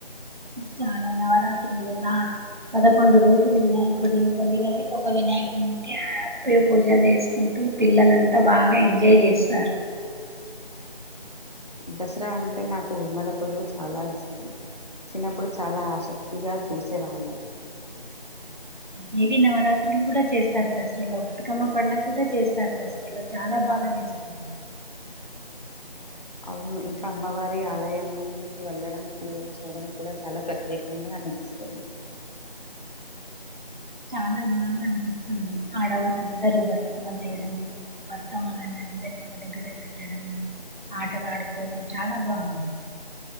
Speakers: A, on the right (about 50°); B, on the left (about 40°).
A: చాలా నవరాత్రులు బ పదకొండు రోజులు వినాయకుడిని గల్లి గల్లి ఒక వినాయకుని పెట్టి హ్యాపీగా పూజలు చేసుకుంటూ పిల్లలంతా బాగా ఎంజాయ్ చేస్తారు.
B: దసరా అంటే నాకు ఉమల కొలువు చాలా ఇష్టం చిన్నప్పుడు చాలా ఆసక్తిగా చూసి వాళ్ందం
A: దేవి నవరాత్రులు కూడా చేస్తారు దసరాలో బతుకమ్మ పడుగ కూడా చేస్తారు దసరాలో చాలా బాగా చేస్తారు
B: అవును ఇంకా అమ్మవారి ఆలయంకి వెళ్ళడం పూజలు చేయడం కూడా చాలా ప్రత్యేకంగా అనిపిస్తుంది.
A: చాలా బాగా అనిపిస్తుంది ఆడవారుందరూ బర్కమ్మ చేయడము బకమ్మలని అందరినీ ఒక దగ్గరే పెట్టడము ఆటలు ఆడుకోవడం చాలా బాగుంటుంది